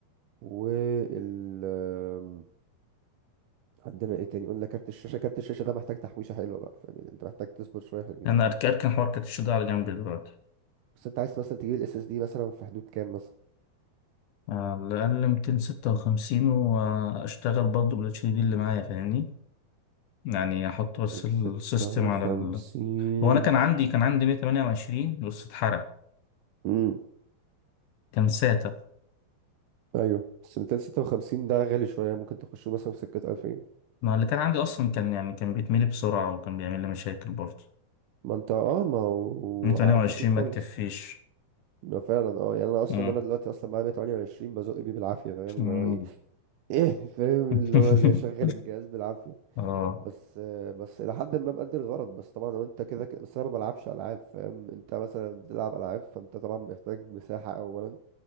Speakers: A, on the right; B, on the left.
A: وال آم، عندنا ايه تاني قلنا كارت الشاشة كارت الشاشة ده محتاج تحويشة حلوة بقى فاهم يعني انت محتاج تصبر شوية حلوين
B: انا اركن اركن حوار كاتش ده على جنب دلوقتي
A: بس انت عايز مثلا تجيب الاس اس دي مثلا في حدود كام مثلا
B: على الاقل 256 واشتغل برضه بالاتش دي اللي معايا فاهمني يعني احط بس
A: 256
B: السيستم على ال... هو انا كان عندي كان عندي 128 بس اتحرق
A: امم
B: كان ساتا
A: ايوه بس 256 ده غالي شوية ممكن تخشه مثلا في سكة 2000
B: ما اللي كان عندي اصلا كان يعني كان بيتملي بسرعه وكان بيعمل لي مشاكل برضه
A: ما انت اه ما هو
B: 128
A: على الخفيف
B: ما
A: خالص
B: تكفيش
A: ده فعلا اه يعني انا اصلا
B: مم.
A: انا دلوقتي اصلا معايا 128 بزق بيه بالعافيه فاهم
B: مم.
A: اللي هو ايه ايه فاهم
B: <laughs>
A: اللي هو زي شغل الجهاز بالعافيه
B: اه
A: بس آه، بس الى حد ما مقدر الغرض بس طبعا لو انت كده كده بس انا ما بلعبش العاب فاهم انت مثلا بتلعب العاب فانت طبعا محتاج مساحه اولا